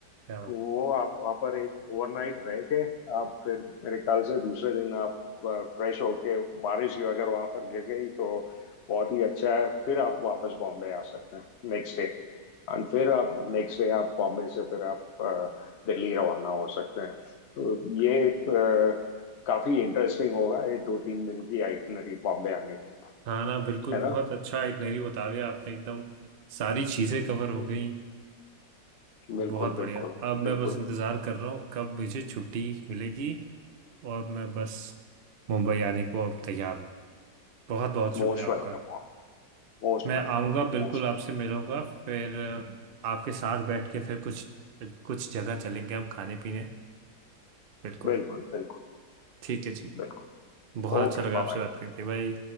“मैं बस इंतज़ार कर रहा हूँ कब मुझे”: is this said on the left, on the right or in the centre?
Right